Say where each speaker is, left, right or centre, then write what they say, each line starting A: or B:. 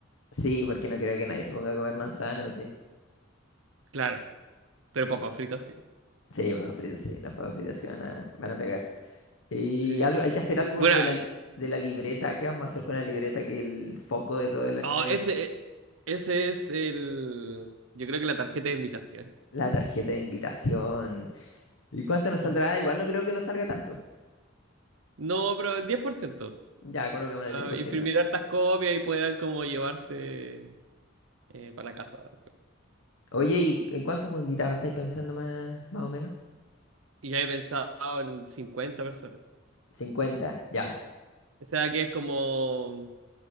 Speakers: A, on the left; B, on the right.
A: Sí, porque no creo que nadie se ponga a comer manzana, ¿o sí?
B: Claro, pero papas fritas sí.
A: Sí, papas fritas, sí, las papas fritas sí van a, van a pegar. Y
B: Sí.
A: algo, hay que hacer algo
B: Bueno,
A: de
B: ay,
A: la, de la libreta. ¿Qué vamos a hacer con la libreta que el foco de todo el anime
B: oh, ese, e, ese es el... Yo creo que la tarjeta de invitación.
A: La tarjeta de invitación. ¿Y cuánto nos saldrá?
B: Mm.
A: Igual no creo que nos salga tanto.
B: No, pero el 10%.
A: Ya, coloquemos
B: Para
A: el diez por
B: imprimir
A: ciento.
B: hartas copias y puedan como llevarse eh, para la casa. después.
A: Oye, ¿y en cuántos invitados estáis pensando más, más o menos?
B: Y ya he pensado en 50 personas.
A: 50, ya.
B: O sea que es como...